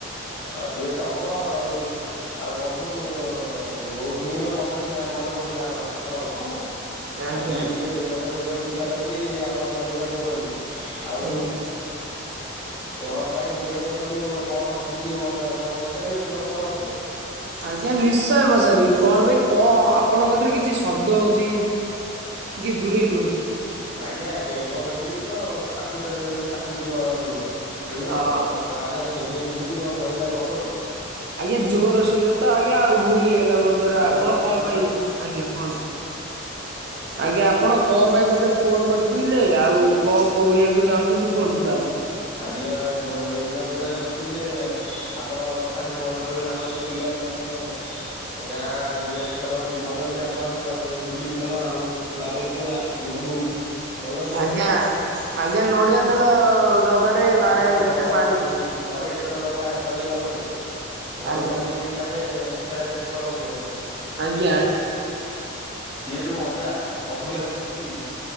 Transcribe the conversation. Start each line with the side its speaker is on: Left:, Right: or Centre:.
Left: ହଁ ସିଏ ତ ହବ ଆଉ। ଆଉ ବନ୍ଧୁ ବହୁତ ଦିନରୁ ମନେ ଥିଲା, ମନେ ପଡୁଥିଲା ଆଣ ଆପଣଙ୍କ କଥା ହେଲା।
Right: ଆଜ୍ଞା
Left: ଆଜି
Right: ଆଜ୍ଞା
Left: ଟିକେ ଯୋଗାଯୋଗ କରିବାକୁ ଇଚ୍ଛା ହେଲା ବୋଲି ଆପଣଙ୍କ ସ ଯୋଗାଯୋଗ କଲି। ଆଉ
Right: ଆଜ୍ଞା।
Left: କଣ ପାଇଁ ଯୋଗାଯୋଗ କଲି, ମୁ କଣ ଭାବି ବିିକ ମନେ କହି ପଚାରିବେନି ପ୍ରଶ୍ନ ମୋତେ?
Right: ଆଜ୍ଞା ନିଶ୍ଚୟ ପଚାରିବି, କଣ ଭାଇ କଣ ଆପଣଙ୍କଥିରେ କିଛି ଶବ୍ଦ ହେଉଚି। ଟିକେ ଦୂରେଇ ରୁହନ୍ତୁ।
Left: ଆଜ୍ଞା ବେଙ୍ଗ ବେଙ୍ଗୁଲି ତ ପ୍ରାକୃତିରେ ଯେହେତୁ ପ୍ରାକୃତିକ ଇଏ ସେଗୁଡା
Right: ଅ
Left: ହବ। ଭାଇ ଆଜ୍ଞା ସେ ସେମିତି କଣ ଧଇଲେ ଆଉ ହେବ କି।
Right: ଆଜ୍ଞା ଜୋରେ ଶୁଭିଲା ତ ଆଜ୍ଞା ଆଉ ଭୁଲ ହେଇଗଲା ମୋର। ଦ୍ୱାରା
Left: ଆଜ୍ଞା
Right: ଆପଣ
Left: ବର୍ତ୍ତମାନ
Right: କଣ ପାଇଁ? ଆଜ୍ଞା କୁହନ୍ତୁ। ଆଜ୍ଞା ଆପଣ କଣ ପାଇଁ ମୋତେ ଫୋନ କରିଥିବେ ହେଲେ ଆଉ କଣ କହିବାକୁ ଚାହୁଁଚନ୍ତି କୁହନ୍ତୁ ତାହେଲେ।
Left: ଆଜ୍ଞା ଉଁ ଏଇଥିପାଇଁ ଯୋଗାଯୋଗ କରିଥିଲି ଯେ, ଆପଣଙ୍କ କଥା ଟିକେ ମନେ ପଡ଼ିଗଲା ଆମର ଯେଉଁ ପିଲାବେଳେ ଆମେ ଗାଁ ଇଏରେ ଖେଳନ୍ତି। ମନେ ଅଛି ଆପଣଙ୍କର ସେ ଗୁଲି ଖେଳ ଆଉ ଡାବଲ ପୁଆ। ଲୁଡ଼ୁ ମନେ ଅଛି
Right: ଆଜ୍ଞା,
Left: ଆପଣଙ୍କର?
Right: ଆଜ୍ଞା ନଡ଼ିଆ ତେଲ ଡବାରେ
Left: ହଁ
Right: ବା
Left: ଆଜ୍ଞା ନ
Right: ଗୋଟେ
Left: ହଁ
Right: ବାଡିରେ।
Left: ସେଇ ନଡ଼ିଆ ତେଲ ଡବା ସରିଗଲା ପରେ, ଘରୁ
Right: ଆଜ୍ଞା
Left: ତାକୁ ନେଇକି ଆମେ ଖେଳା ଖେଳି କରନ୍ତି ଆଜ୍ଞା।
Right: ଆଜ୍ଞା।
Left: ସିଏ ଯୋଉ ମଜା ଅଭୁଲା ସ୍ମୃତି